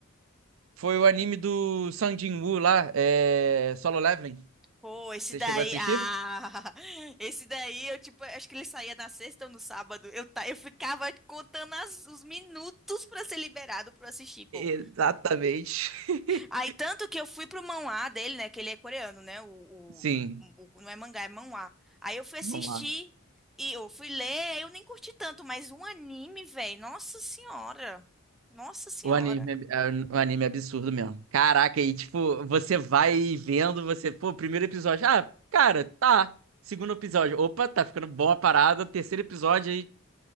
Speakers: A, on the right; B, in the centre.
A: Foi o anime do Sung Jin-woo lá, é... Solo Leveling.
B: Pô, esse
A: Você
B: daí.
A: chegou a assistir?
B: Ah! <laughs> Esse daí, eu, tipo, acho que ele saía na sexta ou no sábado. Eu, tá, eu ficava contando as- os minutos pra ser liberado pra eu assistir, pô.
A: Exatamente. <laughs>
B: Aí, tanto que eu fui pro manhwa dele, né? Que ele é coreano, né? O, o,
A: Sim.
B: o- não é mangá, é manhwa. Aí eu fui assistir
A: Vamos lá.
B: e eu fui ler, eu nem curti tanto, mas um anime, velho. Nossa senhora. Nossa senhora.
A: O anime é, é um anime é absurdo mesmo. Caraca, e tipo, você vai vendo, você, pô, primeiro episódio, ah, cara, tá. Segundo episódio, opa, tá ficando bom a parada. Terceiro episódio, aí